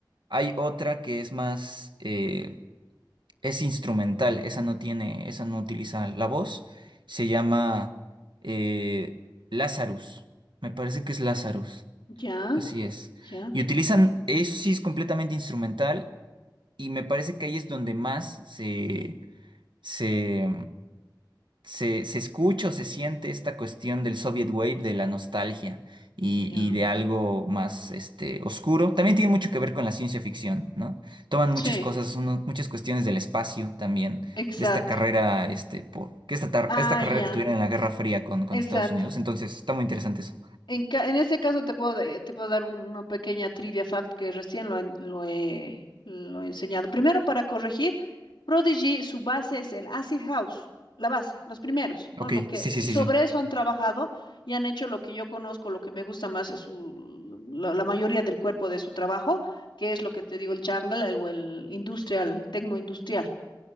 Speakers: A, on the right; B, on the left.
A: hay otra que es más, eh, es instrumental, esa no tiene, esa no utiliza la voz. Se llama eh, Lazarus. Me parece que es Lazarus.
B: ya,
A: Así es.
B: ya,
A: Y utilizan, eso sí es completamente instrumental y me parece que ahí es donde más se, se, se, se escucha o se siente esta cuestión del Soviet Wave, de la nostalgia y,
B: ya.
A: y de algo más este, oscuro. También tiene mucho que ver con la ciencia ficción, ¿no? Toman muchas
B: Sí.
A: cosas, uno- muchas cuestiones del espacio también,
B: Exacto.
A: de esta carrera, este, por, que esta, tar-
B: Ah,
A: esta carrera
B: ya,
A: que tuvieron en la Guerra Fría con, con
B: exacto.
A: Estados Unidos. Entonces, está muy interesante eso.
B: En, ca- en ese caso te puedo, de- te puedo dar un- una pequeña trivia fact que recién lo, en- lo he, lo he enseñado. Primero, para corregir, Prodigy, su base es el Acid House, la base, los primeros, ¿no?
A: Ok,
B: Lo que,
A: sí,
B: y
A: sí, sí,
B: sobre
A: sí.
B: eso han trabajado y han hecho lo que yo conozco, lo que me gusta más es su, la, la mayoría del cuerpo de su trabajo, que es lo que te digo, el jungle el- o el industrial, tecno industrial,